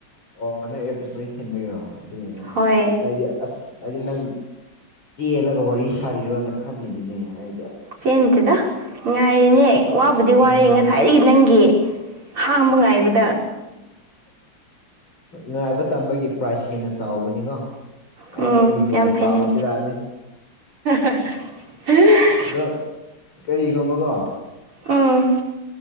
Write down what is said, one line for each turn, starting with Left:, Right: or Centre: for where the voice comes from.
Left: ꯑꯣ ꯅꯪ ꯑꯦꯌꯔꯄꯤꯁ ꯃꯔꯤ ꯊꯤꯟꯕꯩꯔꯣ ꯑꯗꯨꯒꯤꯅꯦ
Right: ꯍꯣꯏ
Left: ꯑꯩꯗꯤ ꯑꯁ ꯑꯩꯗꯤ ꯅꯪ ꯆꯦꯜꯂꯒ ꯋꯥꯔꯤ ꯁꯥꯔꯤꯔꯣꯅ ꯈꯜꯂꯤꯅꯤꯅꯦ ꯑꯩꯗꯤ ꯑꯁ
Right: ꯆꯦꯟꯗꯦꯗ ꯉꯥꯏꯔꯤꯅꯦ ꯋꯥꯕꯨꯗꯤ ꯋꯥꯔꯦ
Left: ꯑ
Right: ꯉꯁꯥꯏꯗꯒꯤ ꯅꯪꯒꯤ ꯍꯥꯡꯕ ꯉꯥꯏꯕꯗ
Left: ꯉꯥꯏꯕ ꯇꯝꯕꯒꯤ ꯄ꯭ꯔꯥꯏꯁ ꯍꯦꯟꯅ ꯆꯥꯎꯕꯅꯤꯀꯣ
Right: ꯎꯝ
Left: ꯑꯩ ꯅꯪꯒꯤ ꯍꯦꯟꯅ
Right: ꯌꯥꯝ ꯐꯩꯅꯦ
Left: ꯆꯥꯎꯅ ꯄꯤꯔꯛꯑꯅꯤ
Right: <unintelligible>
Left: ꯑꯗꯣ ꯀꯔꯤꯒꯨꯝꯕꯀꯣ
Right: ꯎꯝ